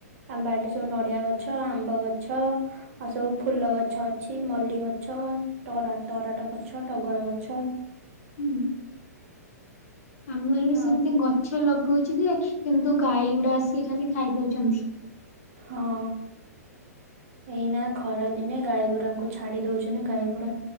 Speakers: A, on the right (about 55°); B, on the left (about 60°).
A: ଆମ ବାଡିରେ ସବୁ ନଡିଆ ଗଛ ଆମ୍ବ ଗଛ ଆଉ ସବୁ ଫୁଲ ଗଛ ଅଛି ମଲ୍ଲି ଗଛ।
B: <unintelligible>
A: ଟରା ଟରାଟ ଗଛ ଟଗର ଗଛ
B: ହୁଁ। ଆମର ବି ସେମିତି
A: ଆଉ
B: ଗଛ ଲଗଉଛୁ ଯେ କିନ୍ତୁ ଗାଈ ଗୁଡା ଆସିକି ଖାଲି ଖାଇ ଦଉଛନ୍ତି।
A: ହଁ ଏଇନା ଖରା ଦିନେ ଗାଈଗୁରାଙ୍କୁ ଛାଡି ଦଉଛନ୍ତି। ଗାଈଗୁଡା